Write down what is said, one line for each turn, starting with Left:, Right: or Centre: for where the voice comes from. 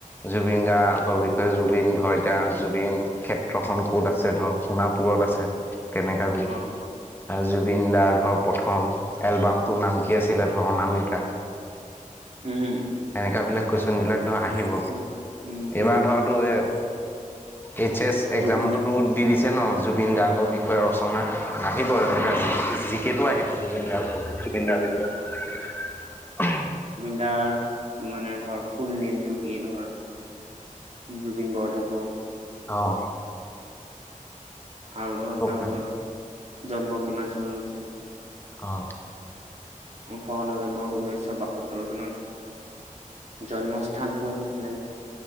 Left: জুবিন গা আগৰ বিষয়ে জুবিন ধৰ এতিয়া জুবিন ক্ষেত্ৰখন ক'ত আছে ধৰ সোণাপুৰত আছে। কেনেকা
Right: অ।
Left: জুবিন দাৰ ধৰ প্ৰথম এলবামটো নাম কি আছিলে ধৰ অনামিকা।
Right: উম।
Left: হেনেকুৱাবিলক কুৱেশনবিলাক ধৰ আহিব
Right: উম উম জুবিন
Left: এইবাৰ ধৰতো
Right: দাৰ ধৰ
Left: এই এইচ এছ একজামতোতো
Right: জুবিন দা
Left: দি দিছে ন জুবিন গাৰ্গৰ বিষয়ে ৰচনা। <unintelligible> আহিব এনেকুৱা
Right: অ
Left: জিকেতটো আহিব জুবিন দাৰ বিষয়ে <unintelligible> জুবিন দাৰ
Right: অ
Left: বিষয়ে।
Right: তাৰ মানে ধৰ ফুল নেমটো কি ধৰ? জুবিন বৰঠাকুৰ।
Left: অঁ
Right: আৰু ধৰ তেওঁৰ
Left: পাৰে
Right: জন্ম কিমান চানত হৈছিল
Left: অ
Right: ওঠৰ নৱেম্বৰ ঊনৈছশ বাসত্তৰ চনত জন্মস্থান কত আছিলে